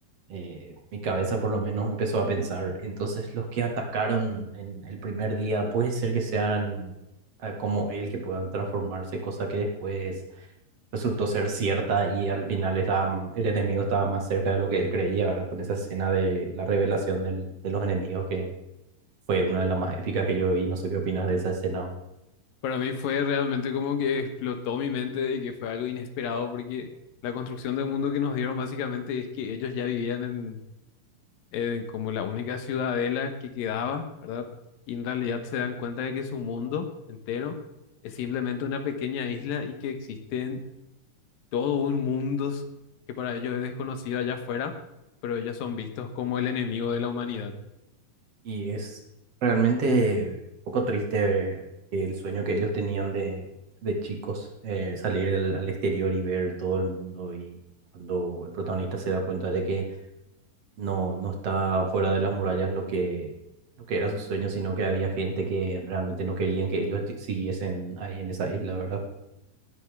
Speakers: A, on the right; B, on the left.
A: eh, mi cabeza por lo menos empezó a pensar, entonces los que atacaron en el primer día puede ser que sean ah, como él, que puedan transformarse, cosa que después resultó ser cierta y al final estaban- el enemigo estaba más cerca de lo que él creía, ¿verdad? Con esa escena de la revelación del- de los enemigos que fue una de las más épicas que yo vi, no sé qué opinas de esa escena.
B: Para mí fue realmente como que explotó mi mente de que fue algo inesperado, porque la construcción del mundo que nos dieron básicamente es que ellos ya vivían eh, como la única ciudadela que quedaba, ¿verdad? Y en realidad se dan cuenta de que su mundo entero es simplemente una pequeña isla y que existen todo un mundo que para ellos es desconocido allá afuera, pero ellos son vistos como el enemigo de la humanidad.
A: Y es realmente un poco triste que el sueño que ellos tenían de, de chicos, eh, salir al, al exterior y ver todo el mundo. Y cuando el protagonista se da cuenta de que no, no está fuera de las murallas lo que, lo que era su sueño, sino que había gente que realmente no querían que ellos esti- siguiesen ahí en esa isla, ¿verdad?